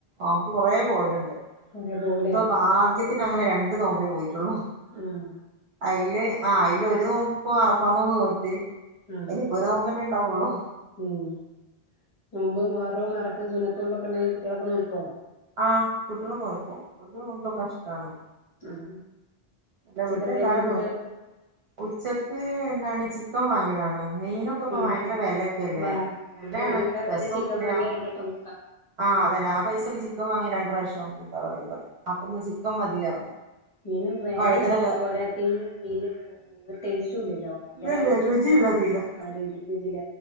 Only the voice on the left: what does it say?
കൊറേ പോവുലേ
ഉം
ആഹ്
ഉം നോമ്പ് മുഹറോം, അറഫയും സുനത്തു നോമ്പൊക്കെ ഉണ്ടെങ്കി കുട്ടികളൊക്കെ നോൽക്കൊ
ഉം
ഉച്ചക്ക്
എന്തായിരുന്നു
ഫുഡ്
ഉം
വാ
മീന് വാങ്ങണക്കാളും
നല്ലത് ചിക്കൻ
വാങ്ങിയ രണ്ടെട്ടം കൂട്ടാ
മീന് വിലയാണ്
പോരാത്തയ്ന് മീന് ടേസ്റ്റു ഇല്ലല്ലോ ഭയങ്കര
ആ രീതിയില